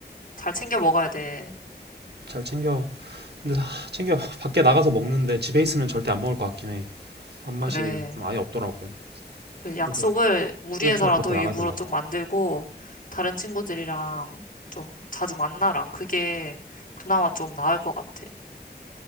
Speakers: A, on the left; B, on the right.
A: 잘 챙겨 먹어야 돼.
B: 잘 챙겨. 근데 아, 챙겨. <laughs> 밖에 나가서 먹는데 집에 있으면 절대 안 먹을 것 같긴 해. 밥맛이
A: 그래.
B: 좀 아예 없더라고.
A: 그 약속을
B: 그래서
A: 무리해서라도
B: 꾸역꾸역 밖에 나가야
A: 일부러
B: 되나
A: 좀
B: 봐.
A: 만들고, 다른 친구들이랑 좀 자주 만나라. 그게 그나마 좀 나을 것 같아.